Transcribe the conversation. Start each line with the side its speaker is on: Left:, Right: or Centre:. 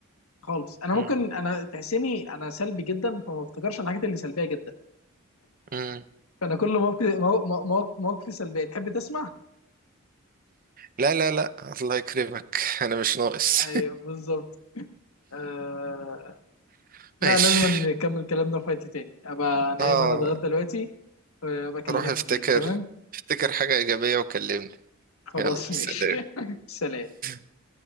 Left: خالص انا
Right: مم.
Left: ممكن انا تحسيني انا سلبي جدا فما افتكرش الحاجات اللي سلبيه جدا
Right: مم.
Left: فانا كل موقف مو- مو- مو- مواقفي سلبيه تحب تسمع
Right: لا لا لا الله يكرمك <laughs> انا مش ناقص
Left: ايوه بالظبط آه...
Right: <laughs>
Left: لا
Right: ماشي
Left: لازم نكمل كلامنا في وقت تاني ابقى نايم
Right: اه
Left: انا اتغدى دلوقتي وابقى اكلمك
Right: روح افتكر
Left: بالليل تمام
Right: افتكر حاجة ايجابية وكلمني
Left: خلاص
Right: يلا سلام
Left: ماشي <laughs> سلام
Right: <laughs>